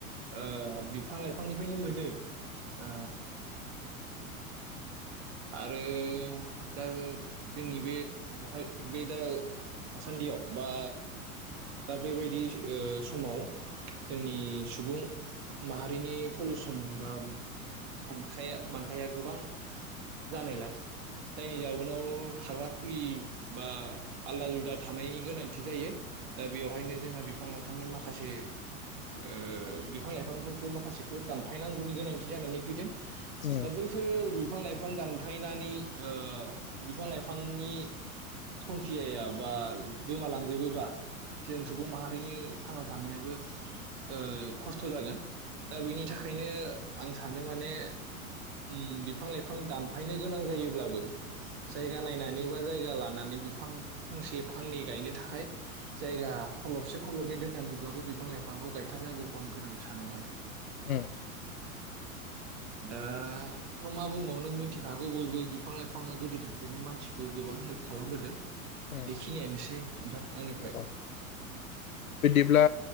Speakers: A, on the right; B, on the left.
A: ओ बिफां लाइफांनिफ्रायनो मोनो ओ आरो ओ दा जोंनि बे थासारि बे दा थासान्दियाव बा दा बेबायदि ओ समाव जोंनि सुबुं माहारिनि पलिुसन बा बां बांखाया गोबां जानायलाय जायनि जाउनाव थाग्रा खुलि बा आलदा जुदा थानायनि गोनांथि जायो दा बेवहायनो जोंहा बिफां लाइफांनि माखासे ओ बिफां लाइफांफोरखौ माखासेखौ दानफायनांगौनि गोनांथि जानानै फैदों
B: उम
A: दा
B: उम
A: बैफोर बिफां लाइफां दानफायनानै ओ बिफां लाइफांनि संखियाया बा गोमालांजोबोबा जों सुबुं माहारिनि थांना थानायाबो ओ खस्थ' जागोन दा बेनि थाखायनो आं सानो माने उम बिफां लाइफां दानफायनो गोनां जायोब्लाबो जायगा नायनानै बा जायगा लानानै माने बिफां फांसे फांनै गायनो थाखाय जायगा खलबसे खलबनै दोननानैब्लाबो बिफां लाइफांखौ गायथारनांगौखौ आं गोनां सानो माने
B: औ
A: दाथ' मा बुंबावनो मिथिखागौ बयबो बिफां लाइफाङा गोदोनिफ्रायनो मानसिखौ गोबां हेल्प खालामबोदों
B: उम औ
A: बेखिनियानोसै नोंथां आंनिफ्राय
B: औ बिदिब्ला